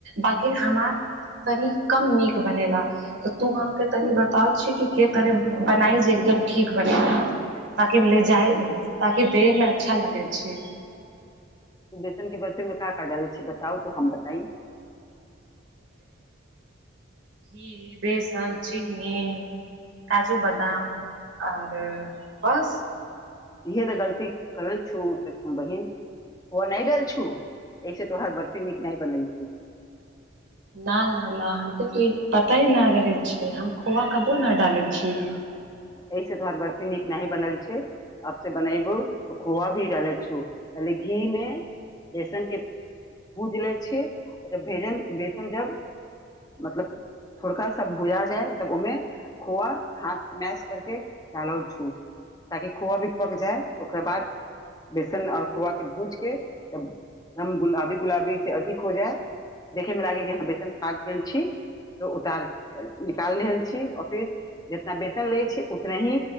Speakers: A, on the right; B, on the left.
A: बाकि हमार तनि कम नीक बनेला तऽ तू हमके तनि बताउ छी कि करे बनाइ जे एकदम ठीक बना ताकि ले जाइ ताकि देहमे अच्छा लागै छै
B: त बेसन के बर्फीमे का का डालै छि बताउ त हम बताइ
A: घी बेसन चीनी काजू बादाम आओर बस
B: ईए तऽ गलती करल छो बहिन नहि देल छु ऐसे तोहार बर्फी नीक नहि बनेल छु
A: न न न हम के तो ई पता नै रहय छै हम खोआ कबो न डाले छिय
B: एहिस तोहर बर्फीनीक नहि बनल छै अब स बनाई वो खोआ भी डालै छु पहले घी मे बेसन के भूज लै छीबभेजन बेसन जब मतलब थोड़का सब भुजा जाय तब ओहिमे खोआ हाथ से करके डाल छू ताकि खोआ भी पक जाय ओकरा बाद <unintelligible> बेसन आओर खोआ के भूज के, हम गुलाबी गुलाबी से अथि हो जाय, देखे मे लागै हय कि हाँ बेसन पाक गेल छी तऽ उतार निकाल रहल छी आर फेर ना बेसन लै छी उतना ही